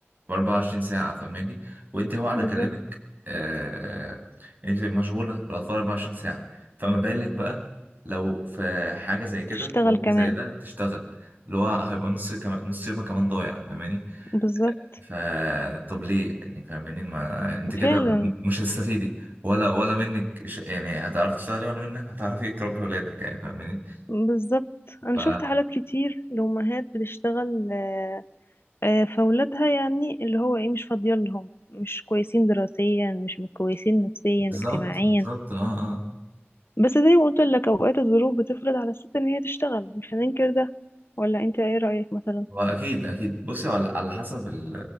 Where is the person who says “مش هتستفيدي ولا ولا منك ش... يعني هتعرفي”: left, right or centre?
Right